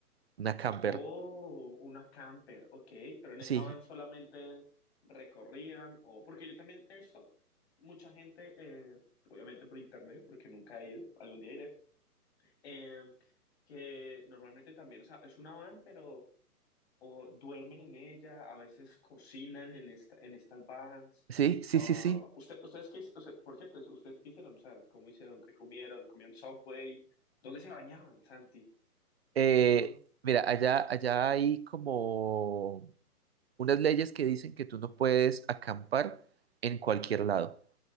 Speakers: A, on the right (about 40°); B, on the left (about 40°).
A: una camper.
B: Oh, una camper, ok, pero en
A: Sí,
B: esa van solamente recorrían o porque yo también he visto mucha gente, eh, obviamente por internet, porque nunca he ido, algún día iré, eh, que normalmente también, o sea, es una van, pero o duermen en ella, a veces cocinan en esta, en estas vans.
A: sí, sí,
B: Ah,
A: sí, sí.
B: usted, ustedes qué, hic- o sea, por cierto, ustedes qué hicieron, o sea, ¿cómo hicieron? ¿Qué comieron? ¿Comían Subway? ¿Dónde se bañaban, Santi?
A: Eh,
B: Eso,
A: mira, allá, allá hay como unas leyes que dicen que tú no puedes acampar en cualquier lado,